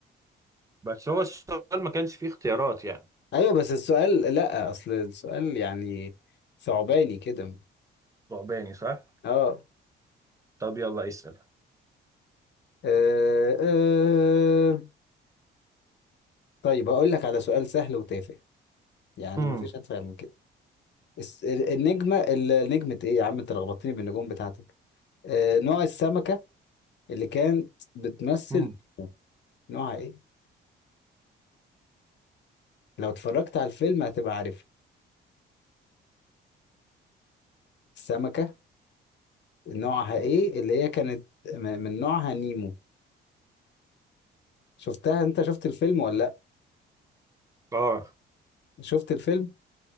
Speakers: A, on the right; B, on the left.
A: بس هو السؤال ما كانش فيه اختيارات يعني
B: ايوه بس السؤال لا اصل السؤال يعني ثعباني كده
A: ثعباني صح
B: اه
A: طب يلا اسال
B: آه، آه. طيب هقول لك على سؤال سهل وتافه يعني
A: مم.
B: مفيش اتفه من كده الس- ال- النجمه ال- نجمه ايه يا عم انت لخبطتني بالنجوم بتاعتك آه نوع السمكه اللي كانت بتمثل
A: مم.
B: نوعها ايه لو اتفرجت على الفيلم هتبقى عارف السمكه نوعها ايه اللي هي كانت م- من نوعها نيمو شفتها انت شفت الفيلم ولا لا
A: اه
B: شفت الفيلم